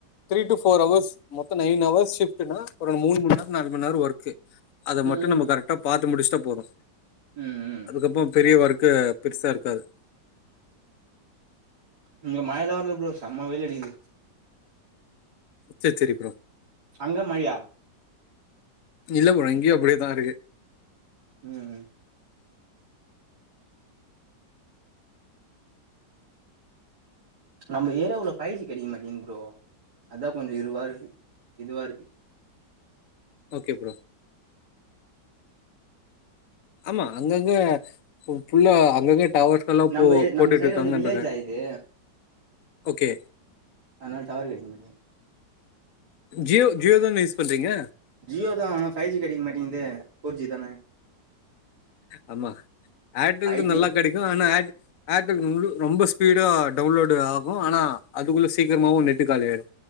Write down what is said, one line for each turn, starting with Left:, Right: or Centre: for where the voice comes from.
Left: த்ரீ டு ஃபோர் ஹவர்ஸ் மொத்த நைன் ஹவர்ஸ் ஷிப்ட்டுனா ஒரு மூணு மண்நேர நாலு மண்நேர ஒர்க்கு அத மட்டு
Right: ம்
Left: நம்ம கரெக்டா பாத்து முடுஸ்ட்டா போது
Right: ம் ம்
Left: அதுக்கப்போ பெரிய ஒர் க்கு பெருசா இருக்காது
Right: இங்க மழலா வர்ல ப்ரோ சம்ம வெயில் அடிக்குது
Left: சரி சரி ப்ரோ
Right: அங்க மழையா
Left: இல்ல ப்ரோ இங்கயு அப்டியேதா இருக்கு
Right: ம் ம் நம்ம ஏரியா உள்ள ஃபய்ஜி கெடைக்க மாட்டிங்குது ப்ரோ அதா கொஞ்ச இருவாறுகு இதுவா இருக்கு
Left: ஓகே ப்ரோ ஆமா அங்கங்க பு புல்ல அங்கங்க டவர்ஸ்கெல்லாம்
Right: நம்ப
Left: போ போட்டுட்டு
Right: நம்ம சைடு
Left: இருக்காங்கன்றாங்க
Right: வந்து வில்லேஜா இது
Left: ஓகே
Right: அத்னால டவறு கடைக்க மாட்டிகுது
Left: ஜியோ ஜியோதான யூஸ் பண்றீங்க
Right: ஜியோதா ஆனா ஃபைவ் ஜி கடைக்க மாட்டிங்தே ஃபோர் ஜி தான
Left: ஆமா ஏர்டெல்து
Right: ஃபைவ் ஜி
Left: நல்லா கெடைக்கு ஆனா ஏர் ஏர்டெல் முழு ரொம்ப ஸ்பீடா டவுன்லோடு ஆகு ஆனா அதுகுள்ள சீக்கரமாவு நெட்டு காலி ஆய்டு